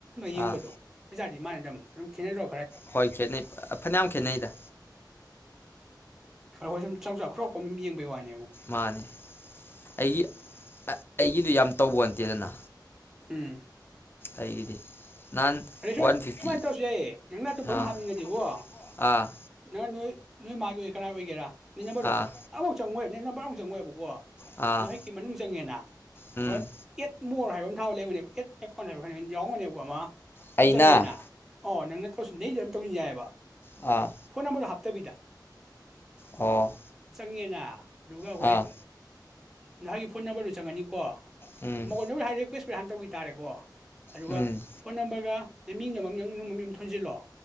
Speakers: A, in the centre; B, on the left.
A: ꯌꯦꯡꯕꯗꯣ
B: ꯑꯥ
A: ꯄꯩꯖꯥ ꯑꯗꯨ ꯃꯥꯅꯗꯝꯅꯦ ꯑꯗꯨꯝ ꯈꯦꯅꯥꯗ꯭ꯔꯣ
B: ꯍꯣꯏ ꯈꯦꯠꯅꯩ ꯐꯅꯌꯥꯝ ꯈꯦꯠꯅꯩꯗ
A: ꯍꯣꯏ ꯁꯨꯝ ꯆꯥꯎꯪꯖ ꯈ꯭ꯔꯣꯛꯄꯝ ꯌꯦꯡꯕꯒꯤ ꯋꯥꯅꯤ
B: ꯃꯥꯅꯦ ꯑꯩꯒꯤ ꯑꯩꯒꯤꯗꯨ ꯌꯥꯝ ꯇꯧꯕ ꯅꯇꯦꯗꯅ
A: ꯎꯝ
B: ꯑꯩꯒꯤꯗꯤ ꯅꯍꯥꯟ
A: ꯑꯗ ꯁ
B: ꯋꯥꯟ ꯐꯤꯐꯇꯤ
A: ꯁꯨꯃꯥꯏꯅ ꯇꯧꯁꯤ ꯌꯥ ꯅꯪꯅ ꯑꯇꯣꯞꯄ
B: ꯑꯥ
A: ꯑꯃ ꯍꯥꯞꯅꯤꯡꯉꯗꯤꯕꯣ
B: ꯑꯥ
A: ꯅꯪ ꯅꯣꯏ ꯅꯣꯏ ꯃꯥꯒꯤ ꯑꯣꯏ ꯀꯅꯥꯏ ꯑꯣꯏꯒꯦꯔꯥ ꯅꯤꯡꯉꯕꯔꯣ
B: ꯑꯥ
A: ꯑꯝꯕꯨ ꯆꯪꯉꯣꯏ ꯅꯦꯅꯕꯥꯎ ꯃꯨ ꯆꯪꯉꯣꯏꯕꯀꯣ
B: ꯑꯥ
A: ꯉꯥꯏꯍꯥꯛꯀꯤ ꯃꯅꯨꯡ ꯆꯪꯉꯦꯅ
B: ꯎꯝ
A: ꯍꯣꯏ ꯑꯦꯠ ꯃꯣꯔ ꯍꯥꯏꯕ ꯑꯃ ꯊꯕ ꯂꯩꯕꯅꯦꯕ ꯑꯦꯠ ꯑꯦꯀꯥꯎꯟ ꯍꯥꯏꯕ ꯑꯃ ꯍꯥꯏ ꯌꯥꯎꯔꯝꯒꯅꯤꯕꯀꯣ ꯑꯃ
B: ꯑꯩꯅ
A: ꯑꯣ ꯆꯪꯉꯦꯅ ꯑꯣ ꯅꯪꯅ ꯇꯧꯁꯤꯟꯅꯩ ꯑꯗꯨꯝ ꯇꯧꯁꯤꯟ ꯌꯥꯏꯑꯕ
B: ꯑꯥ
A: ꯐꯣꯟ ꯅꯝꯕꯔ ꯍꯥꯞ ꯇꯕꯤꯗ
B: ꯑꯣ
A: ꯆꯉꯦꯅꯥ ꯑ ꯑꯗꯨꯒ ꯑꯩꯈꯣꯏ
B: ꯑꯥ
A: ꯉꯍꯥꯟꯒꯤ ꯐꯣꯟ ꯅꯝꯕꯔꯗꯨ ꯆꯪꯉꯅꯤꯀꯣ
B: ꯎꯝ
A: ꯃꯧ ꯑꯅꯧꯕꯤ ꯍꯥꯏꯔꯦ ꯔꯤꯀꯌꯦꯁ ꯀꯨꯠ ꯍꯥꯟ ꯇꯧꯈꯤ ꯇꯔꯦꯀꯣ ꯑꯗꯨꯒ
B: ꯎꯝ
A: ꯊꯝꯕꯒ ꯅ ꯃꯤꯡ ꯑꯃ ꯅꯃꯤꯡ ꯑꯃ ꯊꯣꯟꯖꯜꯂꯣ